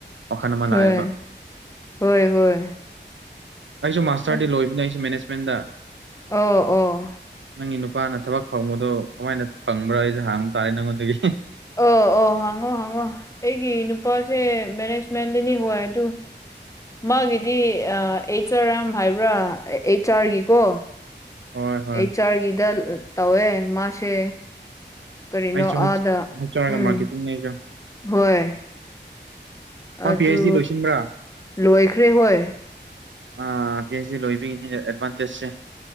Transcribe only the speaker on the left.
ꯍꯣꯏ
ꯍꯣꯏ ꯍꯣꯏ
ꯑꯁ
ꯑꯣ ꯑꯣ
ꯑꯣ ꯑꯣ ꯍꯪꯉꯣ ꯍꯥꯡꯉꯣ ꯑꯩꯒꯤ ꯅꯨꯄꯥꯁꯦ ꯃꯦꯅꯦꯖꯃꯦꯟꯗꯅꯤ ꯍꯣꯏ ꯑꯗꯨ ꯃꯥꯒꯤꯗꯤ ꯑꯩꯆ ꯑꯥꯔ ꯑꯦꯝ ꯍꯥꯏꯕ꯭ꯔꯥ ꯑꯩꯆ ꯑꯥꯔꯒꯤꯀꯣ
ꯑꯩꯆ ꯑꯥꯔꯒꯤꯗ ꯇꯧꯋꯦ ꯃꯥꯁꯦ ꯀꯔꯤꯅꯣ
ꯑꯥꯗ
ꯎꯝ
ꯍꯣꯏ
ꯑꯗꯨ
ꯂꯣꯏꯈ꯭ꯔꯦ ꯍꯣꯏ